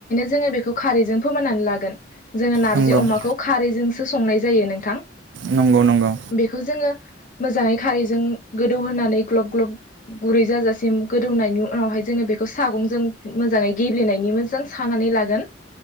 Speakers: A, on the left; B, on the right.
A: जोंङो बेखौ खारैजों फोमोननानै लागोन जों नार्जारीआ
B: नंगौ
A: अमा खौ खारै जों सो संनाय जायो नोंथां।
B: नंगौ नंगौ।
A: बेखौ जोङो मोजाङै खारैजों गोदौहोनानै ग्लब ग्लब गुरै जाजासिम गोदौनायनि उनावहाय जोङो बेखौ सागंजों मोजाङै गेब्लेनायनि मोजां सानानै लागोन।